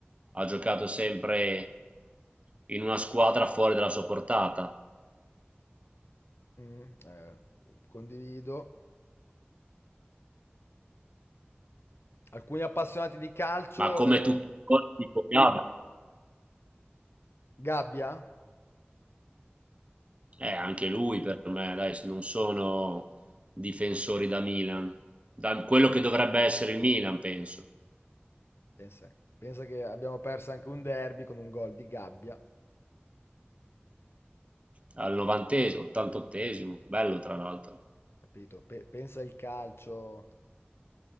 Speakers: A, on the right; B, on the left.
A: ha giocato sempre in una squadra fuori dalla sua portata.
B: Mm, eh, condivido. Alcuni appassionati di calcio,
A: Ma come tutti i colpi, Koyaba,
B: Gabbia,
A: eh, anche lui per me, dai, non sono difensori da Milan, da quello che dovrebbe essere il Milan, penso,
B: pensa, pensa che abbiamo perso anche un derby con un gol di Gabbia,
A: al 90esimo, 88esimo, bello tra l'altro.
B: capito? Pe- pensa il calcio.